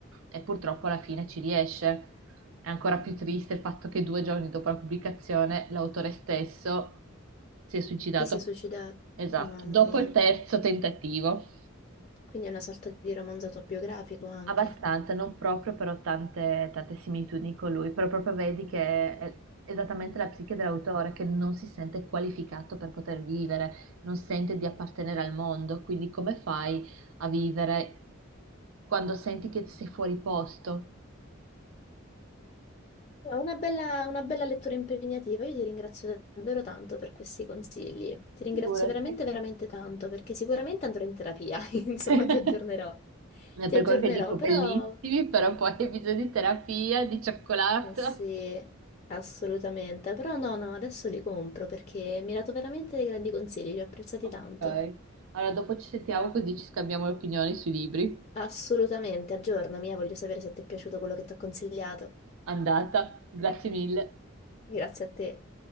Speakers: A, on the right (about 80°); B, on the left (about 30°).
A: e purtroppo alla fine ci riesce. È ancora più triste il fatto che due giorni dopo la pubblicazione l'autore stesso si è suicidato.
B: Lei si è suicidato,
A: Esatto,
B: mamma
A: dopo
B: mia.
A: il terzo tentativo.
B: Quindi è una sorta di romanzo autobiografico anche.
A: Abbastanza, non proprio, però tante, tante similitudini con lui, però proprio vedi che è esattamente la psiche dell'autore, che non si sente qualificato per poter vivere, non sente di appartenere al mondo, quindi come fai a vivere quando senti che sei fuori posto?
B: No, Una bella, una bella lettura impegnativa. Io ti ringrazio davvero tanto per questi consigli. Ti ringrazio
A: Figurati.
B: veramente, veramente tanto perché sicuramente andrò in terapia. <laughs> Insomma,
A: <laughs>
B: ti aggiornerò.
A: È
B: Ti
A: per
B: aggiornerò,
A: quello che dico
B: però
A: bellissimi, però poi hai bisogno di terapia, di cioccolato.
B: eh sì, assolutamente. Però no, no, adesso li compro perché mi hai dato veramente dei grandi consigli, li ho apprezzati
A: Ok.
B: tanto.
A: Allora, dopo ci sentiamo così ci scambiamo le opinioni sui libri.
B: Assolutamente, aggiornami, eh, voglio sapere se ti è piaciuto quello che ti ho consigliato.
A: Andata, grazie mille.
B: Grazie a te.